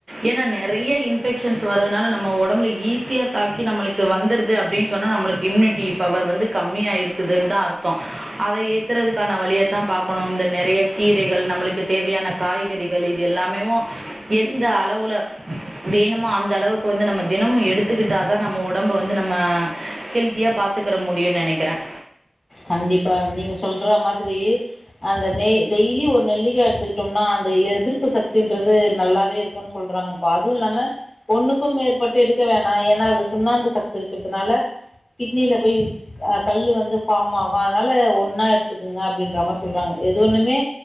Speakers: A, on the right; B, on the left.
A: ஏன்னா நெறைய இன்ஃபெக்ஷன்ஸ் வர்துனால நம்ம ஒடம்புல ஈஸியா தாக்கி நம்மளுக்கு வந்துருது அப்டின்னு சொன்னா நம்மளுக்கு இம்யூனிட்டி பவர் வந்து கம்மியா இருக்குதுன்னுதா அர்த்தோ அத ஏத்துறதுக்கான வழியத்தான் பாக்கணும் இந்த நிறைய கீரைகள் நம்மளுக்கு தேவையான காய்கறிகள் இது எல்லாமேும் எந்த அளவுல வேணுமோ அந்த அளவுக்கு வந்து நம்ம தினமும் எடுத்துக்கிட்டாக நம்ம உடம்ப வந்து நம்ம ஹெல்த்தியா பாத்துக்கிற முடியும்னு நினைக்கிறேன்
B: கண்டிப்பா நீங்க சொல்ற மாதிரி அந்த டெய்லி ஒரு நெல்லிக்கா எடுத்துக்கிட்டோம்னா எதிர்ப்பு சக்தின்றது நல்லாவே இருக்கும் சொல்றாங் பா அதுவும் இல்லாம ஒண்ணுக்கும் மேற்பட்டு எடுக்க வேணாம் ஏன்னா அதுல சுண்ணாம்பு சக்தி இருக்கிறதுனால கிட்னியில போய் கல் வந்து ஃபார்ம் ஆகு அதனால ஒன்னா எடுத்துக்குங்க அப்டின்ற மாரி சொல்றாங்க எது ஒண்ணுமே